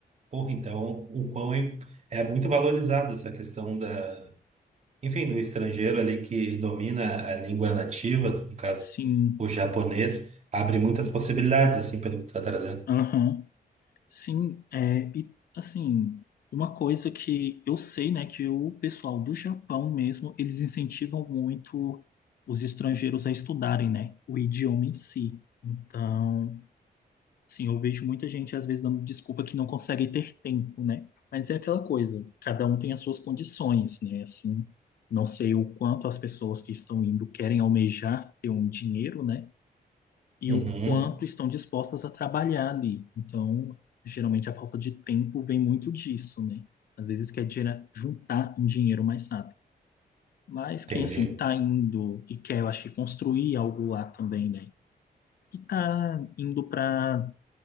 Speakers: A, on the right (about 45°); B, on the left (about 70°).
A: Porra, então o quão é, é muito valorizado essa questão da, enfim, do estrangeiro ali que domina a língua nativa, no caso,
B: Sim,
A: o japonês, abre muitas possibilidades, assim, pelo que tu tá trazendo.
B: aham. Sim, é, e assim, uma coisa que eu sei, né, que o pessoal do Japão mesmo, eles incentivam muito os estrangeiros a estudarem, né, o idioma em si. Então, Sim, eu vejo muita gente às vezes dando desculpa que não consegue ter tempo, né? Mas é aquela coisa, cada um tem as suas condições, né? Assim, não sei o quanto as pessoas que estão indo querem almejar ter um dinheiro, né? E
A: Uhum,
B: o quanto estão dispostas a trabalhar ali. Então, geralmente a falta de tempo vem muito disso, né? Às vezes quer gera- juntar um dinheiro mais rápido. Mas quem
A: entendi.
B: assim tá indo e quer, eu acho que construir algo lá também, né? E tá indo para